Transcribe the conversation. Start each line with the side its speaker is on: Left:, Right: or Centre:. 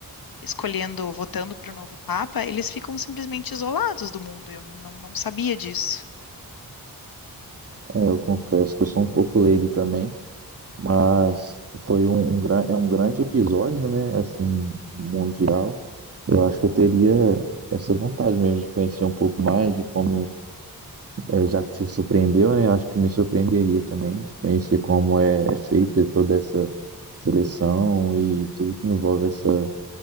Left: escolhendo, votando para o novo Papa, eles ficam simplesmente isolados do mundo. Eu não, não sabia disso.
Right: É, eu confesso que eu sou um pouco leigo também, mas foi um, um, gran- é um grande episódio, né? Assim, mundial. Eu acho que eu teria essa vontade mesmo de conhecer um pouco mais de como, é, já que te surpreendeu, né? Acho que me surpreenderia também de conhecer como é, é feita toda essa seleção e tudo que envolve essa.